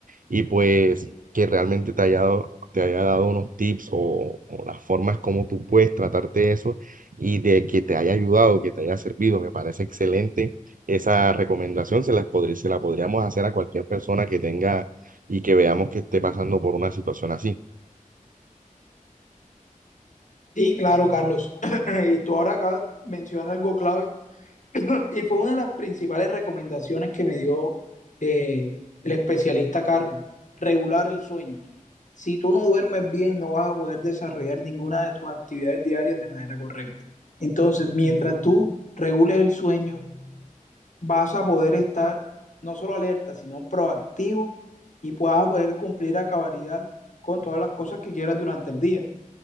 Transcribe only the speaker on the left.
Sí, claro, Carlos. <clears throat> Y tú ahora acabas de mencionar algo clave. <clears throat> Y fue una de las principales recomendaciones que me dio eh, el especialista a cargo, regular el sueño. Si tú no duermes bien, no vas a poder desarrollar ninguna de tus actividades diarias de manera correcta. Entonces, mientras tú regules el sueño, vas a poder estar no solo alerta, sino proactivo y puedas poder cumplir a cabalidad con todas las cosas que quieras durante el día